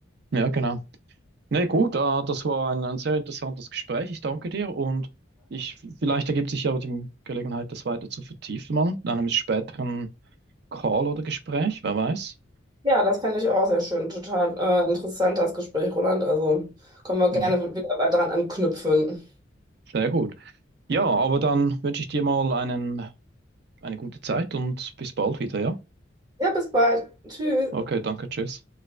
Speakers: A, on the right (about 60°); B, on the right (about 20°).
A: Ja, genau. Nee, gut, äh, das war ein, ein sehr interessantes Gespräch. Ich danke dir und ich, vielleicht ergibt sich ja die Gelegenheit, das weiter zu vertiefen, mal in einem späteren Call oder Gespräch, wer weiß.
B: Ja, das fände ich auch sehr schön. Total äh, interessant, das Gespräch, Roland. Also können wir gerne
A: Mhm.
B: wieder dran anknüpfen.
A: Sehr gut. Ja, aber dann wünsche ich dir mal einen, eine gute Zeit und bis bald wieder, ja?
B: Ja, bis bald. Tschüss.
A: Okay, danke, tschüss.